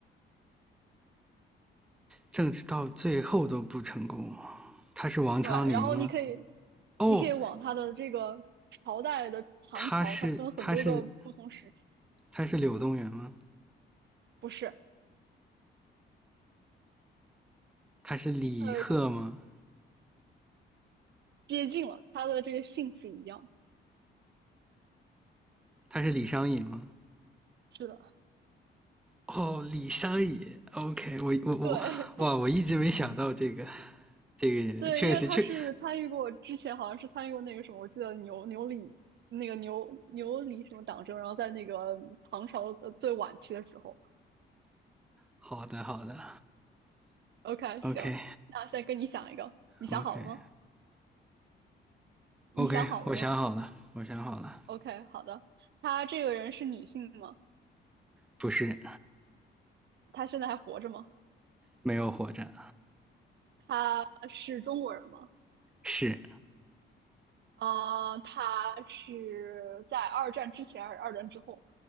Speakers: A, in the centre; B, on the right (about 60°).
A: 政治到最后都不成功，他是王昌龄吗？
B: 对，然后你可以，
A: 哦，
B: 你可以往它的这个朝代的唐朝，
A: 他是他是
B: 它分很多个不同时期，
A: 他是柳宗元吗？
B: 不是，
A: 他是李贺吗？
B: 它有一个接近了，它的这个姓是一样。
A: 他是李商隐吗？
B: 是的，
A: 哦，李商隐，OK，我我我，
B: 对
A: 哇，我一直没想到这个这个人，
B: <laughs> 对，
A: 确实确，
B: 因为他是参与过之前好像是参与过那个什么，我记得牛牛李那个牛牛李什么党争，然后在那个唐朝呃最晚期的时候。
A: 好的好的
B: OK，行，
A: ，OK
B: 那现在跟你想一个，你想好了吗？
A: OK
B: 你想好了吗
A: OK，我想好了，我想好了，
B: ？OK，好的。他这个人是女性吗？
A: 不是
B: 他现在还活着吗？
A: 没有活着，
B: 他是中国人吗？
A: 是
B: 啊，他是在二战之前还是二战之后？